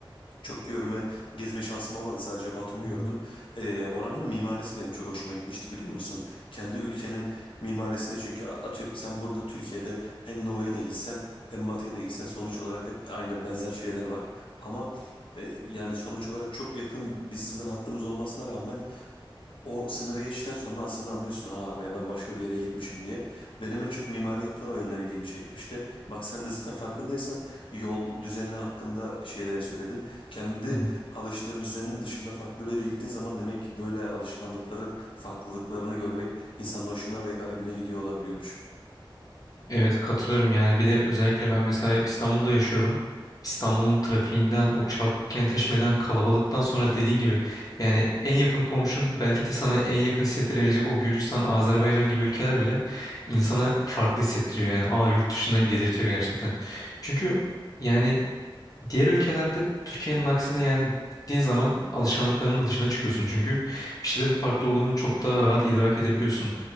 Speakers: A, on the left; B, on the left.
A: Çok görme, gezme şansım olmadı. Sadece Batum'u
B: Hı hı,
A: gördüm. Ee, oranın mimarisi benim çok hoşuma gitmişti biliyor musun? Kendi ülkenin mimarisine çünkü a- atıyorum sen burada Türkiye'de en doğuya da gitsen, en batıya da gitsen sonuç olarak hep aynı benzer şeyler var. Ama e, yani sonuç olarak çok yakın bir sınır hattımız olmasına rağmen o sınırı geçtikten sonra aslında anlıyorsun ha be ben başka bir yere gitmişim diye. Benim en çok mimari yapılar o yönden ilgimi çekmişti. Bak sen de zaten farkındaysan yol düzeni hakkında şeylere söyledin. Kendi
B: hı hı.
A: alıştığın düzenin dışında farklı bir yere gittiğin zaman demek ki böyle alışkanlıkların farklılıklarını görmek insanın hoşuna ve garibine gidiyor olabiliyormuş.
B: Evet katılıyorum yani bir de özellikle ben mesela İstanbul'da yaşıyorum. İstanbul'un trafiğinden o çarpık kentleşmeden kalabalıktan sonra dediğin gibi yani en yakın komşun belki de sana en yakın hissettirebilecek o Gürcistan, Azerbaycan gibi ülkeler bile insana farklı hissettiriyor yani aa yurt dışındayım dedirtiyor gerçekten. Çünkü yani Diğer ülkelerde Türkiye'nin aksine yani gittiğin zaman alışkanlıklarının da dışına çıkıyorsun çünkü bir şeylerin farklı olduğunu çok daha rahat idrak edebiliyorsun.